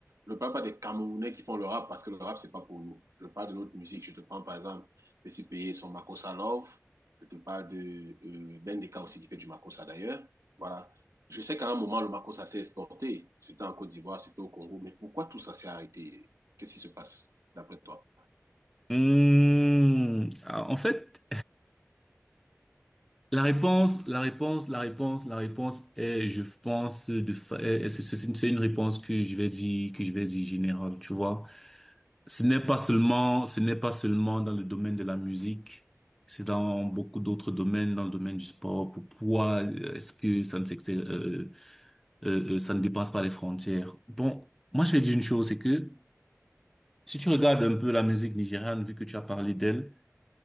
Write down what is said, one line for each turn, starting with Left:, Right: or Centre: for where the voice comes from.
Right: Je ne parle pas des Camerounais qui font le rap parce que le rap, c'est pas pour nous. Je parle de notre musique. Je te prends par exemple Petit Payé, son Makossa Love. Je te parle de euh, Ben Deka aussi qui fait du Makossa d'ailleurs. Voilà. Je sais qu'à un moment, le Makossa s'est exporté. C'était en Côte d'Ivoire, c'était au Congo. Mais pourquoi tout ça s'est arrêté Qu'est-ce qui se passe d'après toi?
Centre: Mmh. Ah, En fait, La réponse, la réponse, la réponse, la réponse est, je pense, de fa- est- est- c'est c'est une c'est une réponse que je vais dire, que je vais dire générale, tu vois. Ce n'est pas seulement, ce n'est pas seulement dans le domaine de la musique, c'est dans beaucoup d'autres domaines, dans le domaine du sport. Pourquoi euh, est-ce que ça ne s'exté- euh, euh, euh, euh, ça ne dépasse pas les frontières? Bon, moi je vais dire une chose, c'est que si tu regardes un peu la musique nigériane, vu que tu as parlé d'elle,